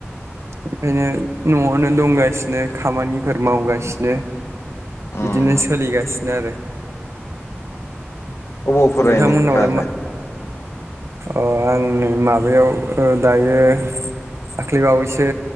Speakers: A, on the right; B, on the left.
A: ओंखायनो न आवनो दंगासिनो खामानिफोर मावगासिनो
B: उम
A: बिदिनो सोलिगासिनो आरो
B: अबाव फराय
A: नोंथांमोननावलाय
B: नोंथांआलाय
A: मा अ आंनो माबायाव ओ दायो दाख्लैबावैसो